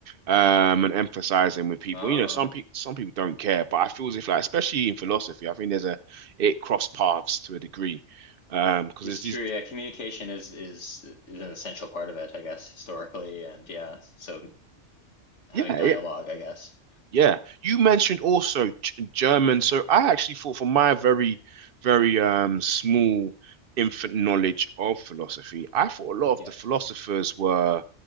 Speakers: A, on the right (about 55°); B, on the left (about 70°).
A: um, and emphasizing with people.
B: Oh.
A: You know, some people some people don't care, but I feel as if like especially in philosophy, I think there's a it cross paths to a degree, um, because
B: It's
A: there's these
B: true, yeah. Communication is is is an essential part of it, I guess, historically, and yeah, so having
A: yeah
B: dialogue, I guess.
A: Yeah, you mentioned also G German. So I actually thought, from my very, very um small infant knowledge of philosophy, I thought a lot of
B: Yes.
A: the philosophers were